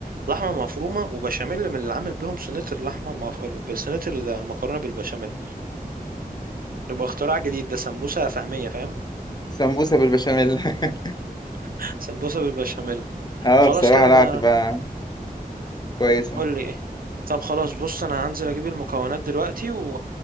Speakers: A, on the right (about 65°); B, on the left (about 25°).
A: لحمه مفرومه وبشاميل من اللي عامل بيهم صينيه اللحمه المف... صينيه المكرونه بالبشاميل يبقى اختراع جديد ده سمبوسه فهميه فاهم
B: سمبوسة بالبشاميل <laughs>
A: <laughs> سمبوسه بالبشاميل
B: اه
A: خلاص
B: بصراحة
A: كده
B: لا
A: انا
B: هتبقى كويسة
A: قول لي ايه طب خلاص بص انا هنزل اجيب المكونات دلوقتي و...